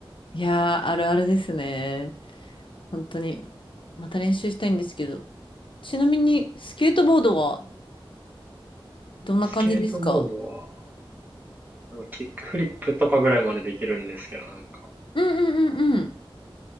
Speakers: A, on the left; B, on the right.
A: いやー、あるあるですね。本当に。また練習したいんですけど。ちなみに、スケートボードはどんな感じですか
B: スケートボードは、なんかキックフリップとかぐらいまでできるんですけど、なんか、
A: うんうんうんうん。